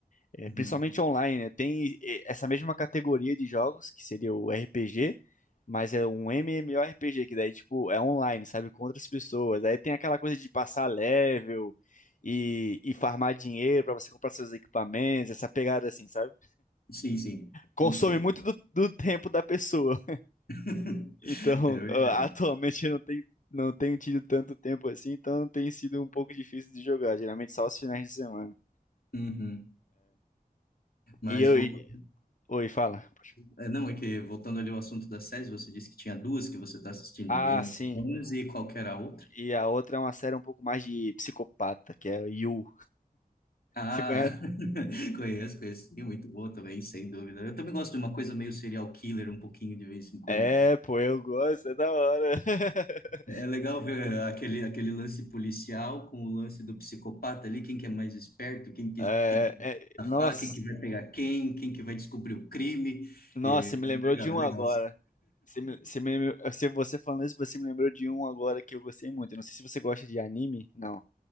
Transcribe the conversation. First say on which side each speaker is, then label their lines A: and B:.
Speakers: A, on the left; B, on the left.
A: é,
B: Uhum.
A: principalmente online, né? Tem é, essa mesma categoria de jogos, que seria o RPG, mas é um MMORPG, que daí, tipo, é online, sabe? Com outras pessoas. Aí tem aquela coisa de passar level e, e farmar dinheiro pra você comprar seus equipamentos, essa pegada assim, sabe?
B: Sim, sim,
A: Consome
B: entendo.
A: muito do do tempo da pessoa.
B: <laughs>
A: Então, <laughs>
B: É verdade.
A: ah, atualmente eu não tenho, não tenho tido tanto tempo assim, então tem sido um pouco difícil de jogar, geralmente só os finais de semana.
B: Uhum. Mas
A: E eu.
B: voltando.
A: e- Oi, fala. Poxa.
B: É, não, é que voltando ali ao assunto das séries, você disse que tinha duas que você está assistindo,
A: Ah,
B: Game
A: sim.
B: of Thrones e qual que era a outra?
A: E a outra é uma série um pouco mais de psicopata, que é o You.
B: Ah,
A: Você conhece?
B: <laughs> conheço, conheço, sim, muito boa também, sem dúvida. Eu também gosto de uma coisa meio serial killer, um pouquinho de vez em quando.
A: É, pô, eu gosto, é da hora. <laughs>
B: É legal ver aquele, aquele lance policial com o lance do psicopata ali, quem que é mais esperto, quem que,
A: É,
B: quem que
A: é-
B: vai
A: nossa,
B: safar, quem que vai pegar quem, quem que vai descobrir o crime.
A: nossa,
B: É,
A: você
B: é
A: me lembrou
B: legal,
A: de um
B: é legal.
A: agora. Você me, você me, se você falando isso, você me lembrou de um agora que eu gostei muito. Eu não sei se você gosta de anime. Não.